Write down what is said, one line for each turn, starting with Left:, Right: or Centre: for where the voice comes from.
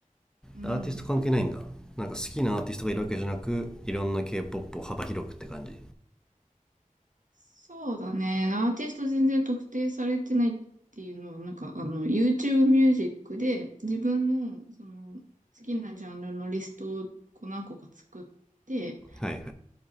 Right: うん。
Centre: アーティスト関係ないんだなんか好きなアーティストがいるわけじゃなくいろんな K-POP を幅広くって感じ
Right: そうだね。アーティスト全然特定されてないっていうのは、なんかあの、YouTube ミュージックで自分のその好きなジャンルのリストをこう何個か作って、
Centre: はいはい